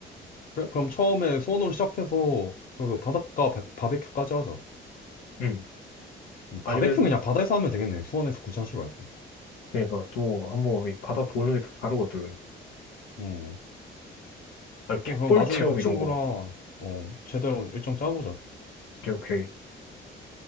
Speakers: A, on the left; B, on the left.
A: 그래? 그럼 처음에 수원으로 시작해서, 그리고 바닷가 바, 바베큐까지 하자.
B: 응.
A: 음,
B: 아니면
A: 바베큐는 그냥 바다에서 하면 되겠네. 수원에서 굳이 하지 말고.
B: 그러니까 또 한번 이 바다 보는 게 또 다르거든.
A: 음.
B: 아, 갯벌
A: 그래, 그럼 나중에
B: 체험
A: 그 친구랑,
B: 이런 거.
A: 어, 제대로 일정 짜보자.
B: 오케이, 오케이.